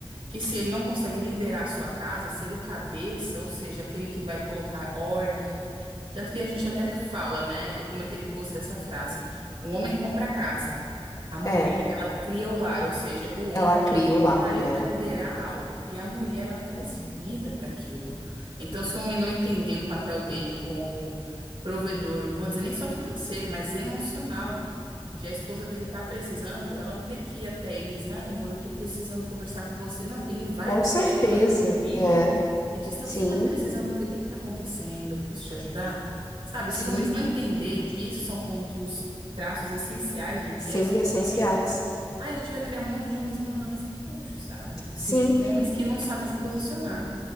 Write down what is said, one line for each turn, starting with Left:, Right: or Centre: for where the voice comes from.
Right: que se ele não consegue liderar a sua casa, ser o cabeça, ou seja, aquele que vai colocar ordem. Tanto que a gente até que fala, né? Eu comentei com você essa frase. O homem compra a casa. A mulher,
Left: É,
Right: ela cria o lar, ou seja, o homem,
Left: ela criou
Right: ele
Left: lá,
Right: tá ali
Left: né?
Right: para liderar algo e a mulher ela traz vida para aquilo. Então, se o homem não entender o papel dele como provedor, não vou dizer nem só financeiro, mas emocional, de a esposa dele tá precisando, ela não ter que ir até ele e dizer, ai, amor, eu tô precisando conversar com você. Não, ele vai
Left: Com
Right: até
Left: certeza,
Right: ela como líder
Left: é.
Right: e diz,
Left: Sim,
Right: "Ah, você tá precisando do quê? O que que tá acontecendo? Eu posso te ajudar? Sabe,
Left: sim,
Right: se os homens não entender que isso são pontos, traços essenciais do que
Left: sim,
Right: é ser
Left: essenciais.
Right: homem, aí a gente vai criar um monte de homens bananas e frouxos, sabe? Assim,
Left: Sim.
Right: tipo, homens que não sabem se posicionar.